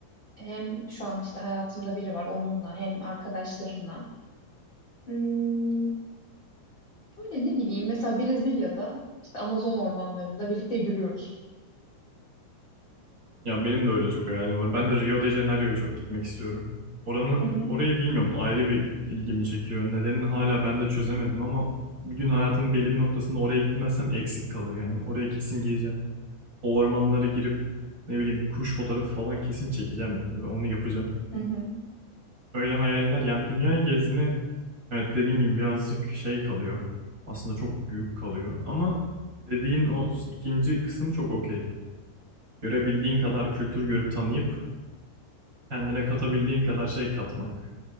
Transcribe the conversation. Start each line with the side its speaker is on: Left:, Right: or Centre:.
Left: hem şu an işte hayatımda biri var onunla hem arkadaşlarımla. Hmm, böyle ne bileyim mesela Brezilya'da işte Amazon ormanlarında birlikte yürüyoruz.
Right: Ya benim de öyle çok hayalim var. Ben de Rio de Janeiro'ya çok gitmek istiyorum. Oranı,
Left: Hı hı,
Right: orayı bilmiyorum ayrı bir ilgimi çekiyor. Nedenini hala ben de çözemedim ama bir gün hayatımın belli bir noktasında oraya gitmezsem eksik kalır yani. Oraya kesin gireceğim. O ormanlara girip ne bileyim kuş fotoğrafı falan kesin çekeceğim yani. Ben onu yapacağım.
Left: hı hı. <clears throat>
Right: Öyle hayaller yani dünya gezme evet dediğin gibi birazcık şey kalıyor. Aslında çok büyük kalıyor ama dediğin o s- ikinci kısım çok okey. Görebildiğin kadar kültür görüp tanıyıp kendine katabildiğin kadar şey katmak